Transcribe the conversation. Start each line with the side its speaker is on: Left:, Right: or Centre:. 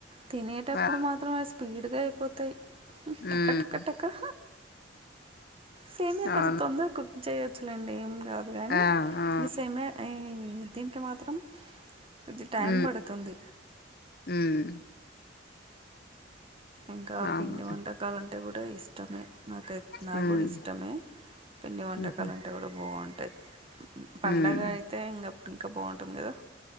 Right: తినేటప్పుడు
Left: ఆ
Right: మాత్రం అవి స్పీడ్గా అయిపోతాయి
Left: హ్మ్
Right: టక్క టక్క టక్క సేమే
Left: అవును
Right: కొంచెం తొందర కు చేయొచ్చులేండి ఏం కాదు కానీ
Left: ఆ ఆ
Right: ఈ సేమే దీనికి మాత్రం కొద్ది టైం
Left: హ్మ్
Right: పడుతుంది
Left: హ్మ్
Right: ఇంకా
Left: అవును
Right: పిండి వంటకాలు అంటే కూడా ఇష్టమే నాకై నాకు
Left: హ్మ్
Right: కూడా ఇష్టమే పిండి వంటకాలు
Left: హుహు
Right: అంటే కూడా బాగుంటాయి పండగ
Left: హ్మ్
Right: అయితే ఇంకప్పుడు ఇంకా బాగుంటుంది కదా